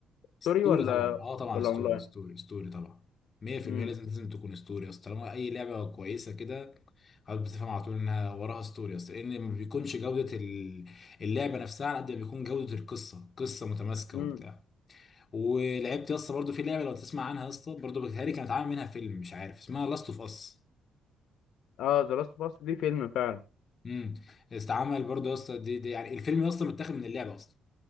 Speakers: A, on the left (about 40°); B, on the left (about 80°).
A: ستوري
B: ستوري ولا
A: طبعا اه طبعا
B: ولا
A: ستوري
B: أونلاين
A: ستوري ستوري طبعا 100%
B: امم
A: لازم لازم تكون ستوري يا اسطى طالما أي لعبة كويسة كده خلاص بتفهم على طول انها وراها ستوري اصل لان ما بيكونش جوده ال- اللعبه نفسها على قد ما بيكون جوده القصه قصه متماسكه
B: امم
A: وبتاع ولعبت يا اسطى برضه في لعبه لو تسمع عنها يا اسطى برضه بتهيألي كانت عامل منها فيلم مش عارف اسمها لاست اوف اس
B: اه ذا لاست اوف اس دي فيلم فعلا
A: امم استعمل برضه يا اسطى دي, دي يعني الفيلم يا اسطى متاخد من اللعبه اصلا